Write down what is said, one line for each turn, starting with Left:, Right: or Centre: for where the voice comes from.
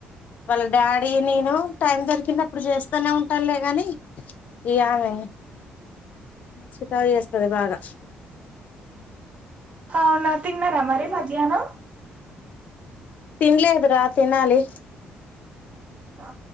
Left: వాళ్ళ డాడీ నేను టైం దొరికిన అప్పుడు చేస్తూనే ఉంటానులేగాని ఇ స సుఖయి వస్తంది బాగా
Right: అవునా తిన్నారా మరి మధ్యాహ్నం
Left: తిన్లేదరా తినాలి
Right: ఆ